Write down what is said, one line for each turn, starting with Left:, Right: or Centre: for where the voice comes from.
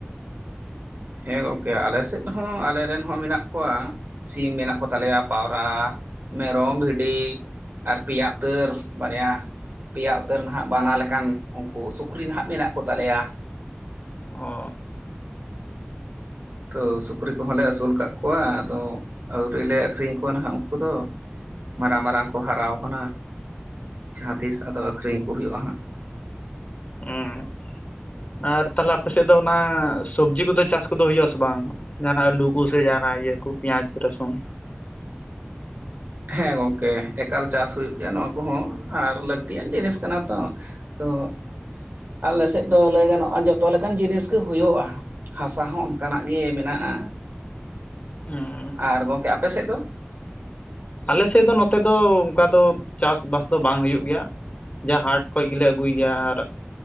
Right: ᱦᱮᱸ ᱜᱚᱝᱠᱮ ᱟᱞᱮ ᱥᱮᱫ ᱦᱚᱸ ᱟᱞᱮ ᱨᱮᱱ ᱦᱚᱸ ᱢᱮᱱᱟᱜ ᱠᱚᱣᱟ ᱥᱤᱢ ᱢᱮᱱᱟᱜ ᱠᱚᱛᱟᱞᱮᱭᱟ ᱯᱟᱹᱣᱨᱟ ᱢᱮᱨᱚᱢ ᱵᱷᱤᱰᱤ ᱟᱨ ᱯᱮᱭᱟ ᱩᱛᱟᱹᱨ ᱵᱟᱨᱭᱟ ᱯᱮᱭᱟ ᱩᱛᱟᱹᱨ ᱱᱷᱟᱜ ᱵᱟᱱᱟ ᱞᱮᱠᱟᱱ ᱩᱱᱠᱩ ᱥᱩᱠᱨᱤ ᱱᱷᱟᱜ ᱢᱮᱱᱟᱜ ᱠᱚ ᱛᱟᱞᱮᱭᱟ
Left: ᱚᱻ
Right: ᱛᱚ ᱥᱩᱠᱨᱤ ᱠᱚ ᱦᱚᱸ ᱞᱮ ᱟᱹᱥᱩᱞ ᱠᱟᱜ ᱠᱚᱣᱟ ᱟᱫᱚ ᱟᱹᱣᱨᱤᱞᱮ ᱟᱹᱠᱷᱨᱤᱧ ᱠᱚᱣᱟ ᱱᱷᱟᱜ ᱩᱱᱠᱩ ᱫᱚ ᱢᱟᱨᱟᱝ ᱢᱟᱨᱟᱝ ᱠᱚ ᱦᱟᱨᱟᱣ ᱠᱟᱱᱟ ᱡᱟᱦᱟᱸ ᱛᱤᱥ ᱟᱫᱚ
Left: ᱚ
Right: ᱟᱹᱠᱷᱨᱤᱧ ᱠᱚ ᱦᱩᱭᱩᱜᱼᱟ ᱦᱟᱸᱜ
Left: ᱚᱸ ᱟᱨ ᱛᱟᱞᱦᱮ ᱟᱯᱮ ᱥᱮᱫ ᱫᱚ ᱚᱱᱟ ᱥᱚᱵᱽᱡᱤ ᱠᱚᱫᱚ ᱪᱟᱥ ᱠᱚᱫᱚ ᱦᱩᱭᱩᱜ ᱟᱥᱮ ᱵᱟᱝ ᱡᱟᱦᱟᱸᱱᱟᱜ ᱟᱹᱞᱩ ᱠᱚᱥᱮ ᱡᱟᱦᱟᱸᱱᱟᱜ ᱤᱭᱟᱹ ᱠᱚ ᱯᱮᱸᱭᱟᱡ ᱨᱟᱹᱥᱩᱱ
Right: <inaudible> ᱦᱮᱸ ᱜᱚᱝᱠᱮ ᱮᱠᱟᱞ ᱪᱟᱥ ᱦᱩᱭᱩᱜ ᱜᱮᱭᱟ ᱱᱚᱣᱟ ᱠᱚᱦᱚᱸ ᱟᱨ ᱞᱟᱹᱠᱛᱤᱭᱟᱱ ᱡᱤᱱᱤᱥ <unintelligible> ᱟᱞᱮ ᱥᱮᱫ ᱫᱚ ᱞᱟᱹᱭ ᱜᱟᱱᱚᱜ-ᱟ ᱡᱚᱛᱚ ᱞᱮᱠᱟᱱ ᱡᱤᱱᱤᱥ ᱜᱮ ᱦᱩᱭᱩᱜᱼᱟ ᱦᱟᱥᱟ ᱦᱚᱸ ᱚᱱᱠᱟ ᱱᱟᱜ ᱜᱮ ᱢᱮᱱᱟᱜᱼᱟ
Left: ᱦᱚᱸ
Right: ᱟᱨ ᱜᱚᱝᱠᱮ ᱟᱯᱮ ᱥᱮᱫ ᱫᱚᱼᱼ
Left: ᱟᱞᱮ ᱥᱮᱫ ᱫᱚ ᱱᱚᱛᱮ ᱫᱚ ᱚᱱᱠᱟ ᱫᱚ ᱪᱟᱥ ᱵᱟᱥ ᱫᱚ ᱵᱟᱝ ᱦᱩᱭᱩᱜ ᱜᱮᱭᱟ ᱡᱟ ᱦᱟᱴ ᱠᱷᱚᱡ ᱜᱮᱞᱮ ᱟᱹᱜᱩᱭ ᱜᱮᱭᱟ ᱟᱨ